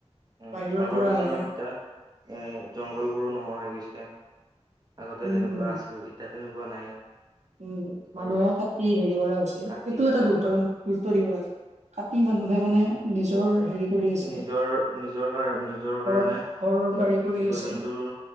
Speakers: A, on the right; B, on the right.
A: উম,
B: বাহিৰৰ
A: আগৰ
B: পৰা
A: তুলনাত
B: আহে
A: এতিয়া এ, জংঘল বোৰো নোহোৱা হৈ গৈছে। আগতে
B: উম
A: যেনেকুৱা
B: উম
A: আছিল এতিয়া তেনেকুৱা নাই।
B: উম,
A: ধৰ
B: মানুহে কাটি হেৰি কৰা হৈছে,
A: কাটি
B: সেইটোও
A: কানে
B: এটা গুৰুত্বপূৰ্ণ
A: অ
B: গুৰুত্ব দি'ব লাগে। কাটি মানুহে মানে নিজৰ হেৰি কৰি আছে
A: নিজৰ, নিজৰ কাৰ নিজৰ
B: ঘৰ
A: কাৰণে এ,
B: ঘৰ বাৰী কৰি
A: জীৱ-জন্তুৰ
B: আছে